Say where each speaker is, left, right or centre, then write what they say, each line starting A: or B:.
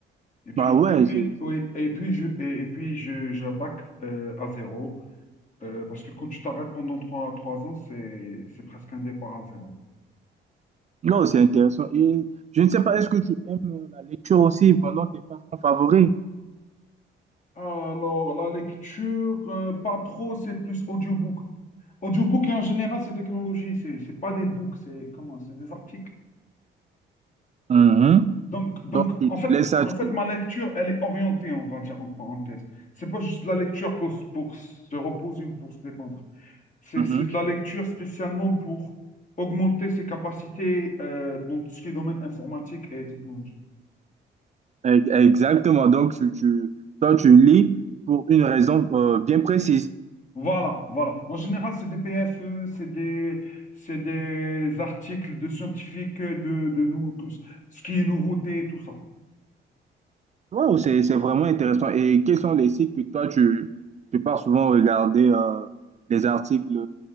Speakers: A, on the left; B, on the right.
A: Et puis,
B: bah ouais,
A: et puis,
B: c'est,
A: oui,
B: c'est-
A: et puis je, et, et puis je, j'attaque euh, à zéro. Euh, parce que quand tu t'arrêtes pendant trois, trois ans, c'est, c'est presque un départ à zéro.
B: non, c'est intéressant. Et je ne sais pas, est-ce que tu aimes la lecture aussi pendant tes passe-temps favoris?
A: Alors, la lecture, euh, pas trop, c'est plus audiobook. Audiobook et en général, ces technologies, c'est c'est pas des books, c'est comment, c'est des articles.
B: Mhm.
A: Donc, donc
B: Donc, tu
A: en
B: tu
A: fait,
B: laisses ça,
A: en
B: tu...
A: fait, ma lecture, elle est orientée, on va dire, en parenthèse. C'est pas juste de la lecture pour, s- pour se reposer ou pour se détendre. C'est
B: Mhm.
A: c'est de la lecture spécialement pour augmenter ses capacités euh, dans tout ce qui est domaine informatique et technologie.
B: E- Exactement. Donc, tu, tu, toi, tu lis pour une raison euh, bien précise.
A: Voilà, voilà. En général, c'est des PFE, c'est des, c'est des articles de scientifiques, euh, de, de nous, que- ce qui est nouveauté, tout ça.
B: Wow, c'est, c'est vraiment intéressant. Et quels sont les sites que toi, tu, tu pars souvent regarder euh, les articles